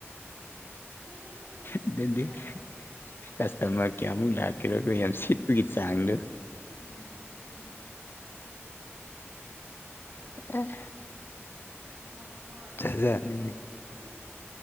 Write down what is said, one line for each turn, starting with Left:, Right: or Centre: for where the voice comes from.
Right: ꯑꯦ ꯑꯗꯨꯁꯨ
Left: ꯑꯗꯨꯗꯤ
Right: ꯆꯨꯝꯃꯦ
Left: ꯀꯁꯇꯃꯔ ꯀꯌꯥꯃꯨꯛ ꯂꯥꯛꯀꯦꯔꯀꯣ ꯌꯥꯝ ꯁꯤꯠꯄꯒꯤ ꯆꯥꯡꯗꯣ
Right: ꯎꯝ ꯑꯗꯨꯅꯤ
Left: ꯑꯦ
Right: ꯑꯃꯣꯏ ꯃꯥ
Left: ꯖꯥꯠꯖꯥꯠꯅꯤꯅꯦ
Right: ꯄꯩꯁꯥ ꯌꯥꯝ ꯐꯪꯅꯤꯍꯦ ꯑꯗꯨꯗꯤ